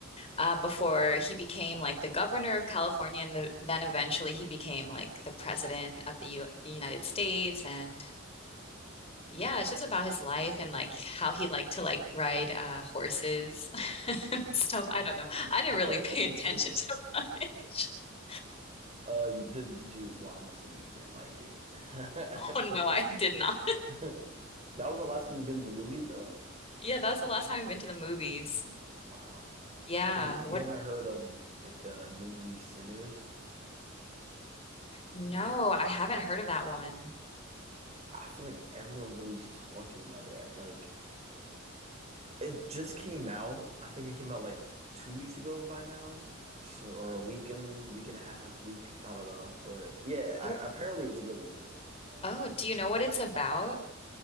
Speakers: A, on the left; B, on the right.
A: uh, before he became like the governor of California, and the, then eventually he became like the president of the U United States. And yeah, it's just about his life and like how he liked to like ride uh, horses <laughs> and stuff. I don't know. I didn't
B: <laughs>
A: really pay
B: It's
A: <laughs> attention
B: just-
A: to much. <laughs>
B: uh, you- did, did you? Well, I'm assuming you didn't like it. <laughs>
A: Oh no, I did not.
B: That was the last time you've been in the movies, though.
A: Yeah, that was the last time I've been to the movies.
B: Oh wow.
A: Yeah.
B: So y-
A: What?
B: you haven't heard of like the new movie Sinners?
A: No, I haven't heard of that one.
B: I feel like everyone's always talking about it. Like it just came out. I think it came out like two weeks ago by now, so or a week and week and a half, week. I don't know, but yeah, I,
A: Oh,
B: apparently it's really good. And
A: oh, do you know what it's about?